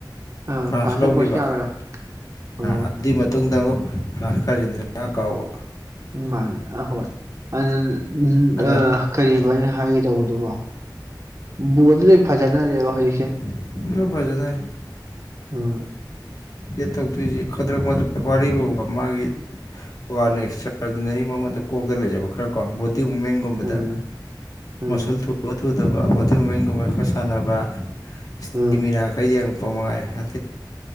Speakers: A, on the right; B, on the left.
A: ꯑꯥ
B: ꯐ꯭ꯔꯥꯟꯁ
A: ꯐ꯭ꯔꯥꯟꯁꯀ
B: ꯂꯧꯈꯤꯕ
A: ꯀ꯭ꯔꯣꯁꯤꯌꯥꯒꯔ ꯑꯥ
B: ꯑꯗꯨ ꯃꯇꯨꯡꯗ ꯑꯃꯨꯛ ꯐ꯭ꯔꯥꯟꯁ ꯀꯥꯔꯖꯦꯟꯇꯤꯅꯥ ꯀꯥꯎꯕ
A: ꯃꯥ ꯍꯣꯏ ꯎꯝ
B: ꯑꯗ
A: ꯑ ꯀꯔꯤꯅ ꯍꯥꯏꯒꯦ ꯇꯧꯕꯗꯨꯕꯣ ꯕꯣꯗꯨꯗ ꯐꯖꯅꯔꯦꯕ ꯍꯧꯖꯤꯛꯁꯦ
B: ꯏ ꯐꯖꯗ
A: ꯎꯝ
B: ꯍ ꯇꯧꯗꯣꯏꯁꯦ ꯈꯗ꯭ꯔꯛ ꯃꯗ꯭ꯔꯛ ꯋꯥꯔꯤ ꯋꯥꯕꯀ ꯃꯥꯒꯤ ꯇꯣꯉꯥꯟꯅ ꯑꯦꯛꯁꯇ꯭ꯔꯥ ꯑꯣꯔꯗꯤꯅꯔꯤ ꯃꯉꯣꯟꯗ ꯀꯣꯛꯇ ꯂꯩꯖꯕ ꯈꯔꯀꯣ ꯗꯤ ꯋꯨꯃꯦꯟꯒꯨꯝꯕꯗ
A: ꯎꯝ ꯎꯝ
B: ꯃꯁꯜ ꯊ ꯇꯗꯕ ꯃꯦꯟ ꯀꯕꯥꯥꯏꯈ ꯁꯥꯟꯅꯕꯕꯥ ꯏꯁꯇꯦꯃꯤꯅꯥꯈꯩ
A: ꯎꯝ
B: ꯌꯦꯡ ꯃꯉꯥꯏ ꯍꯥꯏ